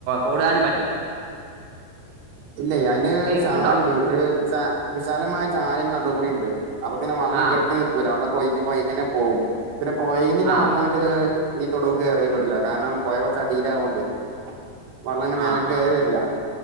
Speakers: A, on the right; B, on the right.
A: കൂടവാനും പറ്റൂല <inaudible>
B: ഇല്ല അതിന്
A: കേക്ക്ണ്ടോ
B: ചാലുണ്ട് ഒരു വിശ വിശാലമായ ചാലയിന്റെ നടുകൂടി ഉണ്ട് അപ്പൊ പിന്നെ വള്ളം
A: ആഹ്
B: കെട്ടി നിൽക്കൂല വള്ളംഒഴുകി പോയീകന്നെ പോകും പിന്നെ പൊയിന്നില്ല
A: ആഹ്
B: വള്ളംങ്ങട്ട് ഈ തൊടുക്കയറൂല്ല കാരണം പുഴ കുറച്ച് അടിയിൽ ആയോണ്ട് വെള്ളംഅയ്ന്റെ മേലെ
A: ആഹ്
B: കയറി
A: ആഹ്
B: വരില്ല